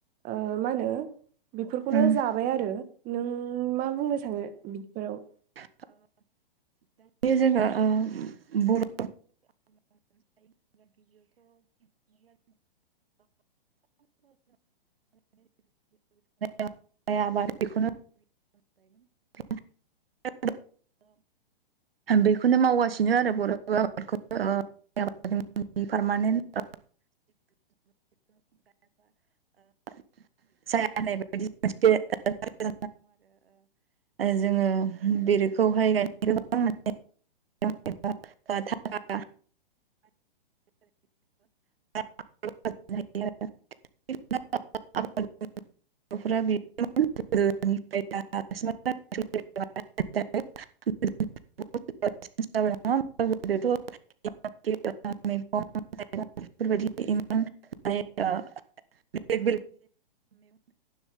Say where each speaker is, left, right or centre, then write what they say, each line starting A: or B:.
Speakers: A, on the right (about 30°); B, on the right (about 80°).
A: आ मा होनो बेफोरखौनो
B: उम उम
A: जाबाय आरो नों मा बुंनो सानो बिफोराव
B: <unintelligible> जोंहा बर' <unintelligible> <unintelligible> आबाद बेखौनो <unintelligible> बेखौनो मावगासिनो आरो बर' आबादखौ ओ एकडेमिनि पारमानेन्ट <unintelligible> <unintelligible> <unintelligible> आरो जोङो बेरोखौहाय <unintelligible> दा <unintelligible> <unintelligible> गथ'फोरा <unintelligible> <unintelligible> <unintelligible> बेफोरबायदि <unintelligible> <unintelligible>